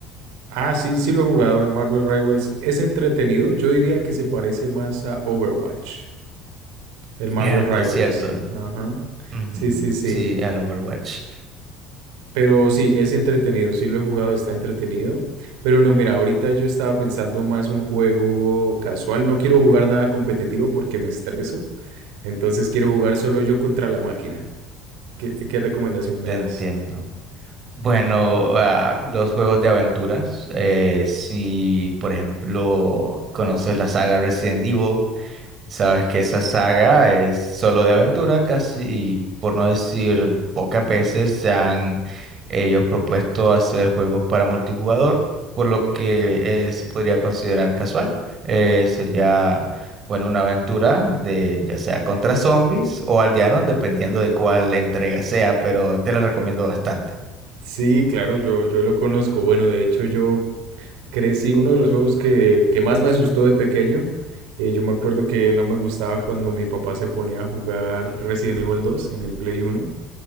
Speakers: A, on the right (about 85°); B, on the right (about 35°).
A: Ah, sí, sí lo he jugado, el Marvel Rivals. Es entretenido. Yo diría que se parece más a Overwatch, el Marvel
B: Cierto,
A: Rivals.
B: cierto.
A: Ajá.
B: Ujú,
A: Sí, sí, sí.
B: Sí, al Overwatch.
A: Pero sí, es entretenido. Sí lo he jugado, está entretenido. Pero no, mira, ahorita yo estaba pensando más un juego casual. No quiero jugar nada competitivo porque me estreso. Entonces quiero jugar solo yo contra la máquina. ¿Qué, qué recomendación me
B: Te
A: das?
B: entiendo. Bueno, ah, los juegos de aventuras. eh, si, por ejemplo, conoces la saga Resident Evil. Sabes que esa saga es solo de aventura, casi, por no decir pocas veces, se han ellos propuesto hacer juegos para multijugador, por lo que eh, se podría considerar casual. Eh, sería, bueno, una aventura de ya sea contra zombies o aldeanos, dependiendo de cuál entrega sea, pero te la recomiendo bastante.
A: Sí, claro, yo, yo lo conozco. Bueno, de hecho, yo Crecí uno de los juegos que, que más me asustó de pequeño. Eh, yo me acuerdo que no me gustaba cuando mi papá se ponía a jugar Resident Evil dos en el Play uno